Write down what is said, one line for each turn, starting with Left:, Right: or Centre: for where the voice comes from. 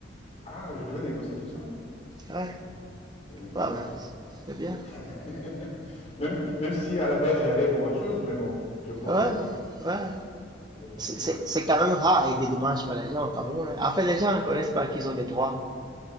Left: Ah, je veux négocier tout ça.
Right: Ouais,
Left: Je vais négocier
Right: pas mal.
Left: tout ça.
Right: C'est bien.
Left: <laughs> même, même si à la base j'y allais pour autre chose, mais bon, je profite.
Right: Ouais, ouais. ouais.
Left: Je profite,
Right: C'est c'est-
Left: ouais.
Right: c'est quand même rare et des dommages par les gens au Cameroun. hein. En fait, les gens ne connaissent pas qu'ils ont des droits.